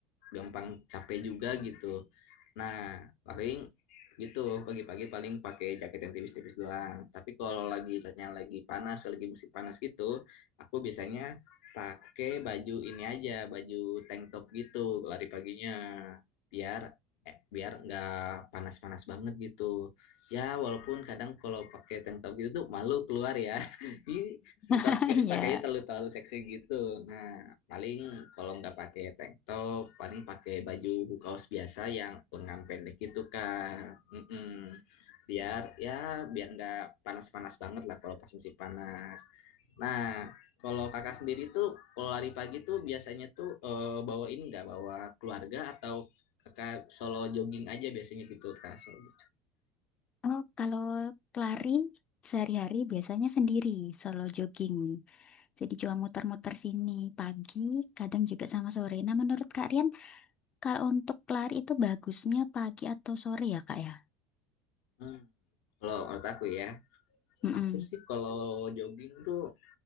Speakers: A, on the left; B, on the left.
A: gampang capek juga gitu. Nah, paling gitu pagi-pagi paling pakai jaket yang tipis-tipis doang tapi kalau lagi misalnya lagi panas lagi musim panas gitu aku biasanya pakai baju ini aja baju tank top gitu lari paginya biar eh, biar nggak panas-panas banget gitu ya walaupun kadang kalau pakai tank top gitu tuh malu keluar ya <laughs> ini tetap
B: <laughs> Iya.
A: pakainya terlalu terlalu seksi gitu nah Paling kalau nggak pakai tank top, paling pakai baju kaos biasa yang lengan pendek gitu Kak. Mm-mm. Biar ya biar nggak panas-panas banget lah kalau pas musim panas. Nah, kalau kakak sendiri tuh kalau lari pagi tuh biasanya tuh eh, bawa ini nggak bawa keluarga atau kakak solo jogging aja biasanya gitu Kak. Solo-
B: Oh, kalau lari sehari-hari biasanya sendiri, solo jogging. Jadi cuma muter-muter sini pagi, kadang juga sama sore. Nah, menurut Kak Rian, kalau untuk lari itu bagusnya pagi atau sore ya, Kak ya?
A: Hmm. Kalau menurut aku ya,
B: Mm-mm.
A: aku sih kalau jogging tuh